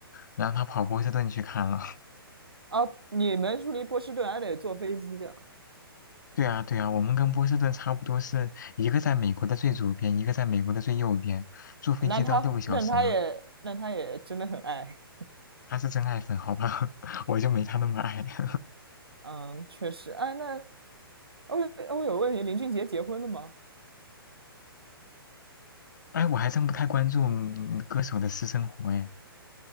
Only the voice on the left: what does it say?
然后他跑波士顿去看了。
对啊，对啊，我们跟波士顿差不多是一个在美国的最左边，一个在美国的最右边，坐飞机都要六个小时呢。
他是真爱粉，好吧，<laughs> 我就没他那么爱。<laughs>
哎，我还真不太关注嗯歌手的私生活，哎，